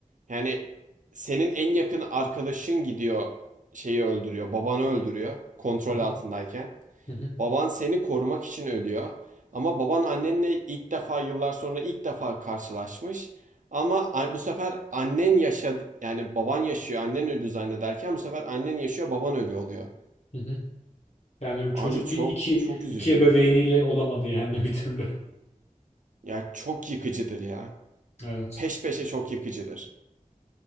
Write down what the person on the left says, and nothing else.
Hı hı,
hı hı,
hı hı. Yani
çocuk
bir iki
iki ebeveyniyle olamadı yani <laughs> bir türlü.
Evet.